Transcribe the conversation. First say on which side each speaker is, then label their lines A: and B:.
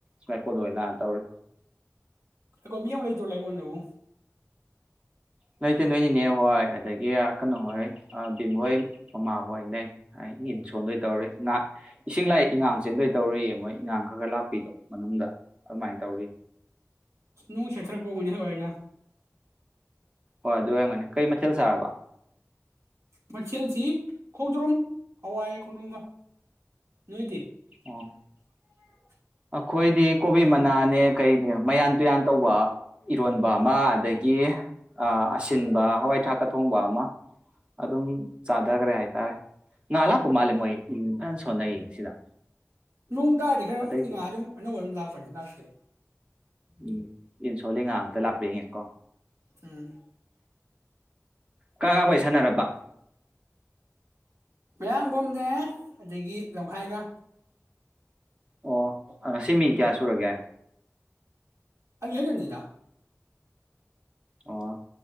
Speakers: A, on the right; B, on the right.
A: ꯂꯩꯥꯏꯀꯣꯜꯗ ꯑꯣꯏꯅ ꯂꯥꯛꯑ ꯇꯧꯔꯤ
B: ꯀꯣ ꯃꯤ ꯑꯝꯇ ꯂꯩꯇꯔꫭ ꯂꯥꯏꯀꯣꯟꯗꯕꯨ
A: ꯂꯩꯇꯦ ꯅꯣꯏꯅꯤꯅꯦ ꯍꯣꯏ ꯑꯗꯒꯤ ꯀꯩꯅꯣꯍꯣꯏ ꯕꯤꯝꯍꯣꯏ ꯃꯃꯥꯍꯣꯏ ꯂꯩ ꯏꯟ ꯁꯣꯟꯗꯣꯏ ꯇꯧꯔꯤ ꯉ ꯏꯁꯤꯡ ꯂꯥꯏꯏ ꯏꯉꯥꯡ ꯆꯦꯟꯗꯣꯏ ꯇꯧꯔꯤ ꯃꯣꯏ ꯏꯉꯥꯡ ꯈꯔ ꯈꯔ ꯂꯥꯛꯄꯤꯗꯣ ꯃꯅꯨꯡꯗ ꯑꯗꯨꯃꯥꯏꯅ ꯇꯧꯔꯤ
B: ꯅꯣꯡ ꯁꯦꯊꯥꯔꯛꯄꯩ ꯑꯣꯏ ꯍꯥꯏꯖ
A: ꯍꯣꯏ ꯑꯗꯨ ꯑꯣꯏꯔꯝꯒꯅꯤ ꯀꯔꯤ ꯃꯊꯦꯜ ꯆꯥꯔꯕ
B: ꯃꯊꯦꯜꯁꯤ ꯈꯣꯡꯗ꯭ꯔꯣꯨꯝ ꯍꯋꯥꯏꯔꯦ ꯈꯣꯡꯗꯣꯡꯝꯒ ꯅꯣꯏꯗꯤ <unintelligible>
A: ꯑꯣ ꯑꯩꯈꯣꯏꯗꯤ ꯀꯣꯕꯤ ꯃꯅꯥꯅꯦ ꯀꯩꯅꯦ ꯃꯌꯥꯟ ꯇꯨꯌꯥꯟ ꯇꯧꯕ ꯏꯔꯣꯟꯕ ꯕꯃꯥ ꯑꯗꯒꯤ ꯑ ꯑꯁꯤꯟꯕ ꯍꯋꯥꯏ ꯊꯔꯥꯛꯀ ꯊꯣꯡꯕ ꯑꯃ ꯑꯗꯨꯝ ꯆꯥꯊꯈ꯭ꯔꯦ ꯍꯥꯏꯇꯥꯔꯦ ꯉꯥ ꯂꯥꯛꯄ ꯃꯥꯜꯂꯦ ꯃꯣꯏ ꯐꯖꯅ ꯁꯣꯟꯅꯩꯌꯦ ꯁꯤꯗ
B: ꯅꯣꯡ ꯇꯥꯔꯗꯤ ꯈꯔ
A: ꯑꯇꯩꯁꯨ
B: ꯉꯍꯥ ꯑꯗꯨꯝ ꯑꯅꯧ ꯑꯝ ꯂꯥꯛꯄꯅꯤ ꯂꯥꯛꯇꯦ
A: ꯎꯝ ꯏ ꯁꯣꯜꯂꯤꯉ ꯑꯝꯇ ꯂꯥꯛꯞꯄꯤꯏꯉꯦꯀꯣ
B: ꯎꯝ
A: ꯀꯥ ꯋꯥꯔꯤ ꯋꯥꯔꯤ ꯁꯥꯟꯅꯔꯕ
B: ꯃꯌꯥꯡꯕꯣꯝꯅꯦ ꯑꯗꯒꯤ ꯂꯝꯈꯥꯏꯒ
A: ꯑꯣ ꯉꯁꯤ ꯃꯤ ꯀꯌꯥ ꯁꯨꯔꯒꯦ
B: ꯑꯅꯤ ꯈꯛꯇꯅꯤꯗ
A: ꯑꯣ